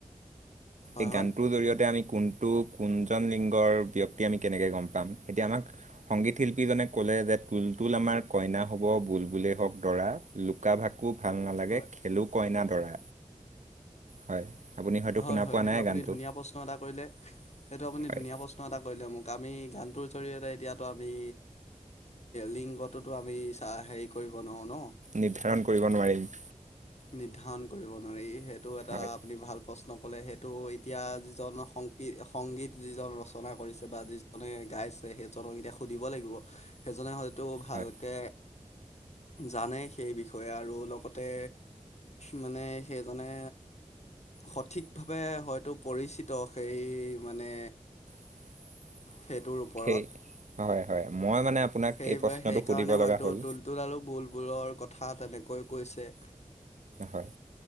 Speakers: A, on the left; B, on the right.
A: হয়
B: এই
A: হয়
B: গানটোৰ জৰিয়তে আমি কোনটো কোন কোনজন লিংগৰ ব্যক্তি কেনেকৈ গম পাম? এতিয়া আমাক সংগীত শিল্পী জনে আমাক ক'লে যে তুলতুল আ আমাৰ কইনা হ'ব, বুলবুল হওক দৰা। লুকা-ভাকু ভাল নালাগে
A: হয়
B: খেলো কইনা দৰা হয় আপুনি হয়তো
A: হয়
B: শুনা
A: হয়
B: পোৱা
A: সেইটো
B: নাই
A: আপুনি
B: গানটো
A: ধুনীয়া প্ৰশ্ন এটা কৰিলে সেইটো আপুনি
B: হয়
A: ধুনীয়া প্ৰশ্ন এটা কৰিলে মোক- আমি গানটোৰ জৰিয়তে এতিয়াটো আমি লিংগটোতো আমি চাহ হেৰি কৰিব নোৱাৰোঁ ন
B: নিৰ্ধাৰণ কৰিব নোৱাৰিম।
A: নিৰ্ধাৰণ কৰিব নোৱাৰি। সেইটো এটা
B: হয়
A: আপুনি ভাল প্ৰশ্ন ক'লে সেইটো এতিয়া যিজন সংগীত সংগীত যিজন ৰচনা কৰিছে বা যিজনে গাইছ সেইজনক এতিয়া সুধিব লাগিব। সেইজনে হয় টো ভালকে
B: হয়
A: জানে সেই বিষয়ে আৰু লগতে মানে সেইজনে সঠিকভাৱে হয়তো পৰিচিত সেই মানে
B: <inaudible>
A: সেইটোৰ ওপৰত
B: সেই হয় হয় মই মানে আপোনাক
A: সেই
B: এই প্ৰশ্নটো
A: বা সেইকাৰণে
B: সুধিব
A: হয়তো
B: লগা হ'ল
A: তুলতুল আৰু বুলবুলৰ কথা তেনে কৈ কৈছে।
B: হয়।